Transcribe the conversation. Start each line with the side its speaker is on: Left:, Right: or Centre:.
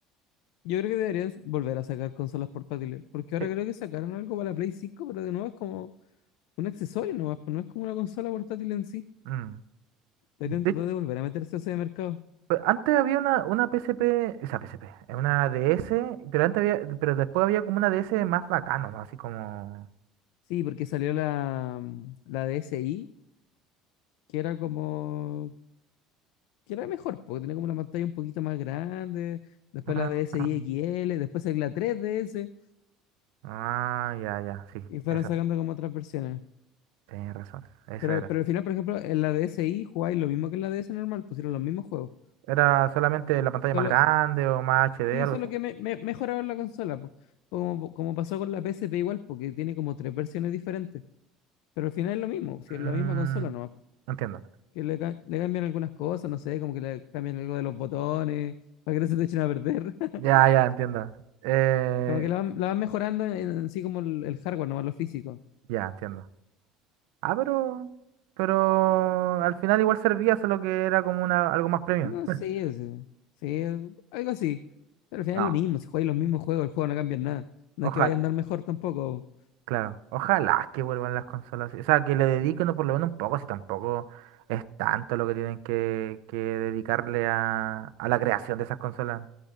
Left: Yo creo que deberían volver a sacar consolas portátiles. Porque ahora
Right: Sí.
Left: creo que sacaron algo para la Play cinco pero de nuevo es como un accesorio nomás, pues no es como una consola portátil en sí.
Right: Mm.
Left: Deberían
Right: De
Left: tratar
Right: hecho,
Left: de volver a meterse a ese mercado.
Right: pe- Antes había una, una P S P esa P S P eh, una D S pero antes había, pero después había como una D S más bacano, ¿no? Así como...
Left: Sí, porque salió la, mm, la DSi, que era como, que era mejor, porque tenía como una pantalla un poquito más grande, después
Right: Ah.
Left: la DSi XL, después salió la 3DS,
Right: Ah, ya, ya, sí,
Left: y fueron
Right: esa,
Left: sacando como otras versiones.
Right: tenés razón, esa
Left: Pero,
Right: era.
Left: pero al final, por ejemplo, en la DSi jugáis lo mismo que en la DS normal, pusieron los mismos juegos.
Right: ¿Era solamente la pantalla
Left: Solo,
Right: más grande o más HD,
Left: sí,
Right: algo
Left: solo
Right: así?
Left: que me, me- mejoraron la consola, po. Como, como pasó con la PSP igual, porque tiene como tres versiones diferentes, pero al final es lo mismo, si
Right: Mm,
Left: es la misma consola nomás.
Right: entiendo.
Left: que le, ca- le cambian algunas cosas, no sé, como que le cambian algo de los botones, para que no se te echen a perder.
Right: Ya,
Left: <laughs>
Right: ya, entiendo. Eh,
Left: Como que la van, la van mejorando en, en sí como el, el hardware, nomás lo físico.
Right: ya, entiendo. Ah, pero, pero al final igual servía, solo que era como una, algo más premium.
Left: No, sé,
Right: <laughs>
Left: sí, sí, algo así. Pero al final
Right: No,
Left: es lo mismo, si juegas los mismos juegos, el juego no cambia en nada. No
Right: ojalá,
Left: es que vaya a andar mejor tampoco.
Right: claro, ojalá que vuelvan las consolas. O sea, que le dediquen por lo menos un poco, si tampoco es tanto lo que tienen que, que dedicarle a, a la creación de esas consolas.